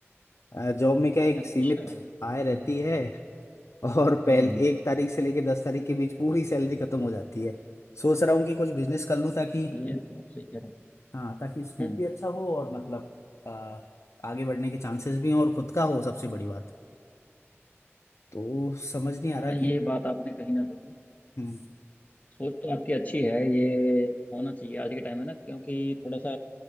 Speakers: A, on the left (about 80°); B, on the left (about 30°).
A: अ, जॉब में क्या एक
B: अच्छा
A: सीमित आय रहती है और पहले
B: हम्म
A: एक तारीख से लेके दस तारीख के बीच पूरी सैलरी खत्म हो जाती है सोच रहा हूँ कि कुछ बिजनेस कर लूँ ताकि
B: ये तो आप सही कह रहे
A: हाँ ताकि स्कोप
B: हैं हम्म
A: भी अच्छा हो और मतलब आ, आगे बढ़ने के चांसेस भी हों और खुद का हो सबसे बड़ी बात तो समझ नहीं आ
B: हाँ
A: रहा
B: ये
A: कि
B: बात आपने कहीं ना कहीं
A: हम्म,
B: सोच तो आपकी अच्छी है ये होना चाहिए आज के टाइम में ना क्योंकि थोड़ा सा